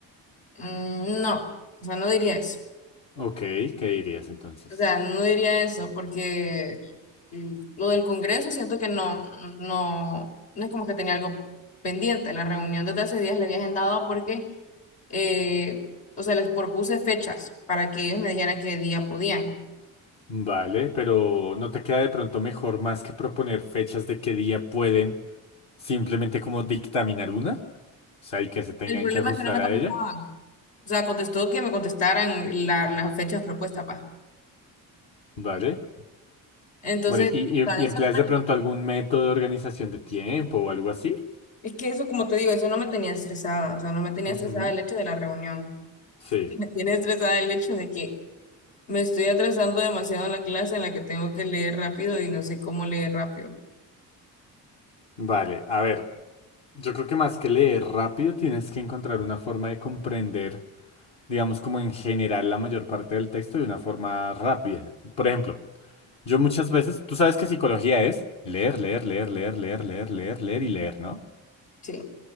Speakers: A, on the left; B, on the left.
A: mm, no, o sea, no diría eso
B: Ok. ¿Qué dirías entonces?
A: O sea, no diría eso, porque mm, lo del Congreso siento que no, no, no es como que tenía algo pendiente. La reunión desde hace días le había agendado porque, eh, o sea, les propuse fechas para que ellos me dijeran qué día podían.
B: Vale, pero ¿no te queda de pronto mejor más que proponer fechas de qué día pueden simplemente como dictaminar una? O sea, y que se tengan
A: El problema
B: que ajustar
A: es que no me contestaban.
B: a ella.
A: O sea, contestó que me contestaran la- las fechas propuestas, pa.
B: Vale.
A: Entonces,
B: Bueno, ¿y,
A: o
B: y,
A: sea,
B: y
A: eso
B: empleas
A: no me
B: de
A: tenía-
B: pronto algún método de organización de tiempo o algo así?
A: Es que eso, como te digo, eso no me tenía estresada. O sea, no me tenía
B: Ujú,
A: estresada el hecho de la reunión. <laughs>
B: Sí.
A: Me tiene estresada el hecho de que Me estoy atrasando demasiado en la clase en la que tengo que leer rápido y no sé cómo leer rápido.
B: Vale, a ver, yo creo que más que leer rápido tienes que encontrar una forma de comprender, digamos, como en general la mayor parte del texto de una forma rápida. Por ejemplo, Yo muchas veces, tú sabes que psicología es leer, leer, leer, leer, leer, leer, leer, leer y leer, ¿no?
A: Sí,